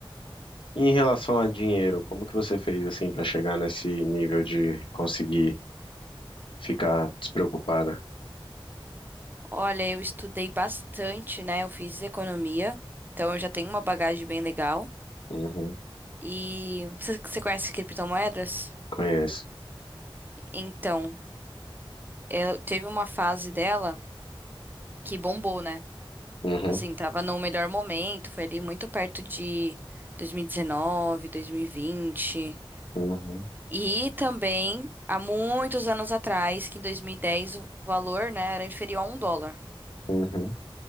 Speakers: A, on the left (about 65°); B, on the right (about 20°).
A: em relação a dinheiro, como que você fez assim pra chegar nesse nível de conseguir ficar despreocupada?
B: Olha, eu estudei bastante, né? Eu fiz economia, então eu já tenho uma bagagem bem legal.
A: Uhum.
B: E você você conhece criptomoedas?
A: Conheço.
B: Então, eu, teve uma fase dela que bombou, né?
A: Uhum.
B: Assim, tava no melhor momento, foi ali muito perto de 2019, 2020. E dezenove, dois mil e vinte.
A: Uhum.
B: E também, há muitos anos atrás, que em 2010 o valor, né, era inferior a um dólar.
A: Uhum.